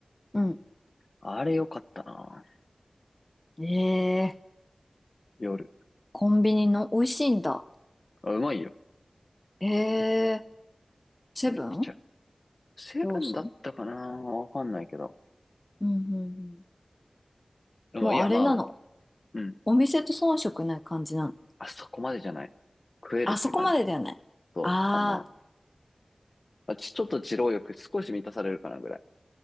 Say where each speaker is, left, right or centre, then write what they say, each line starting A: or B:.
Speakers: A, on the left; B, on the left.
A: うん。
B: あれ良かったな。
A: ええ
B: 夜。
A: コンビニの美味しいんだ。
B: あ、うまいよ。
A: ええセブン
B: めっちゃ。セブンだったかなわかんないけど。
A: ローソンうん、うん、うん。
B: でも、
A: もうあれなの。
B: いや、まあ、うん。
A: お店と遜色ない感じなの。
B: あそこまでじゃない。食えるって感じ。
A: あそこまでだよね。
B: そう。
A: ああ、
B: あの、まあちちょっと二郎欲少し満たされるかなぐらい。